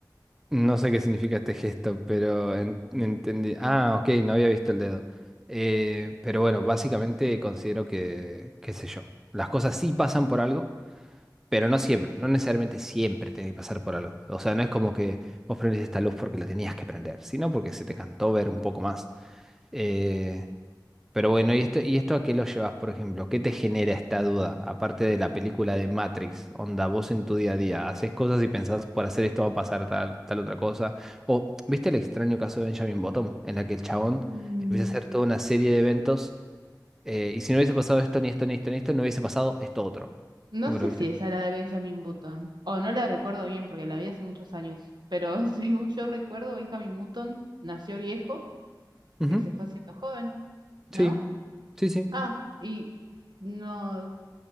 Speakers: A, in the centre; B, on the right.
A: no sé qué significa este gesto, pero en- entendí. Ah, ok, no había visto el dedo. Eh, pero bueno, básicamente considero que, qué sé yo, las cosas sí pasan por algo, pero no siempre, no necesariamente siempre tiene que pasar por algo. O sea, no es como que vos prendés esta luz porque la tenías que prender, sino porque se te cantó ver un poco más. Eh, Pero bueno, ¿y esto, y esto a qué lo llevas, por ejemplo? ¿Qué te genera esta duda? Aparte de la película de Matrix, onda, vos en tu día a día, haces cosas y pensás, por hacer esto va a pasar tal, tal otra cosa. O, ¿viste el extraño caso de Benjamin Button? En la que el chabón
B: Mm,
A: empieza a hacer toda una serie de eventos eh, y si no hubiese pasado esto, ni esto, ni esto, ni esto, no hubiese pasado esto otro.
B: No
A: ¿Nunca
B: sé
A: lo viste?
B: si esa era de Benjamin Button, o no la recuerdo bien porque la vi hace muchos años, pero <laughs> según yo recuerdo, Benjamin Button nació viejo
A: Ujú,
B: y se fue haciendo joven, ¿no?
A: Sí, sí, sí.
B: Ah, y no,